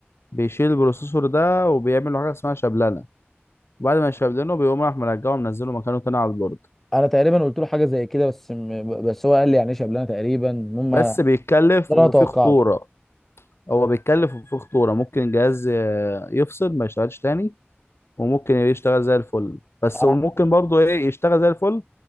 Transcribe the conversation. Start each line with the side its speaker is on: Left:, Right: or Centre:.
Left: بيشيل البروسيسور ده وبيعمل له حاجه اسمها شبلنه وبعد ما يشبلنه بيقوم راح مرجعه منزله مكانه تاني على البورد
Centre: انا تقريبا قلت له حاجه زي كده بس م- بس هو قال لي يعني ايش قبلنا تقريبا المهم ده
Left: بس بيتكلف
Centre: اللي
Left: وفي
Centre: انا توقعته
Left: خطوره هو بيتكلف وفي خطوره ممكن الجهاز ي- يفصل ما يشتغلش تاني وممكن يشتغل زي الفل بس
Centre: انا
Left: وممكن برضه ايه يشتغل زي الفل